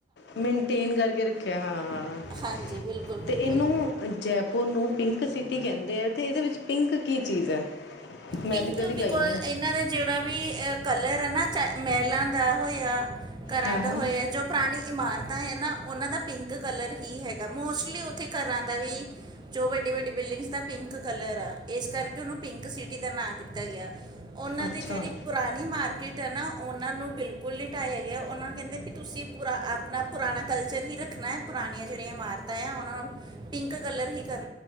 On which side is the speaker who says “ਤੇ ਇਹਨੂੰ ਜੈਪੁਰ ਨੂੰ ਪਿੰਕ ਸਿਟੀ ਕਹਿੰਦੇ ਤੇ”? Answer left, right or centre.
Left